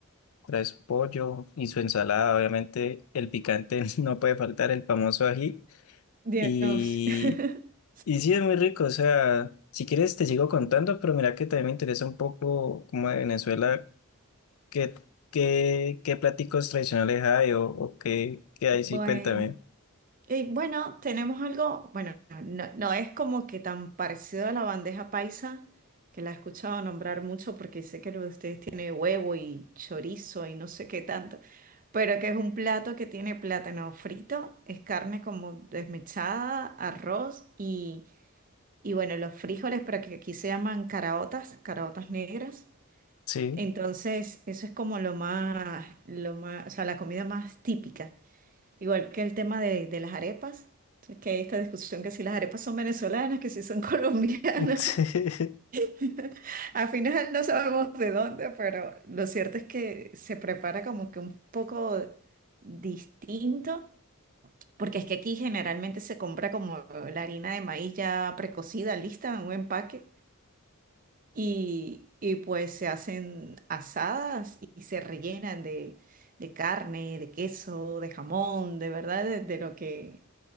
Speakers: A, on the left; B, on the right.
A: trae su pollo y su ensalada, obviamente el picante <laughs> no puede faltar, el famoso ají,
B: Dios.
A: y,
B: <laughs>
A: y sí es muy rico, o sea, si quieres te sigo contando, pero mira que también me interesa un poco como de Venezuela, qué, qué, qué platicos tradicionales hay o, o qué, qué hay,
B: Bueno.
A: sí, cuéntame.
B: Y bueno, tenemos algo, bueno, no, no es como que tan parecido a la bandeja paisa, que la he escuchado nombrar mucho porque sé que lo de ustedes tiene huevo y chorizo y no sé qué tanto, pero que es un plato que tiene plátano frito, es carne como desmechada, arroz y, y bueno, los frijoles, pero que aquí se llaman caraotas, caraotas negras.
A: Sí.
B: Entonces, eso es como lo más, lo más, o sea, la comida más típica. Igual que el tema de, de las arepas. Entonces, que hay esta discusión que si las arepas son venezolanas, que si son <laughs> colombianas.
A: <laughs>
B: <laughs> Al final no sabemos de dónde, pero lo cierto es que se prepara como que un poco distinto, porque es que aquí generalmente se compra como la harina de maíz ya precocida, lista en un empaque. Y, y, pues se hacen asadas y se rellenan de, de carne, de queso, de jamón, de verdad, de, de lo que,